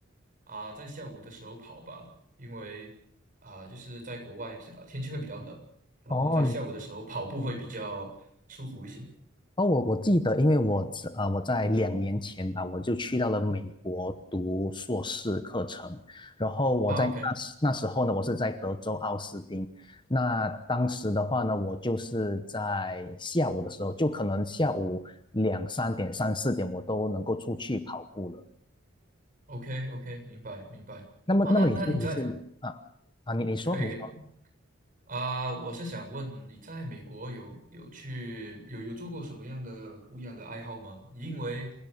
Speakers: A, on the right; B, on the left.
A: 啊、在下午的时候跑吧，因为啊、就是在国外呃天气会比较冷，然后在下午的时候跑步会比较舒服一些
B: 哦，哦，我我记得，因为我呃我在两年前吧，我就去到了美国读硕士课程，然后我在那时那时候呢，
A: 啊。OK
B: 我是在德州奥斯汀。那当时的话呢，我就是在下午的时候，就可能下午两三点、三四点，我都能够出去跑步了。
A: OK OK，明白明白。
B: 那么，
A: 哦，
B: 那么你是你是啊
A: 那那你在
B: 啊，你你说你说，
A: 可以可以啊，我是想问你在美国有有去有有做过什么样的不一样的爱好吗？因为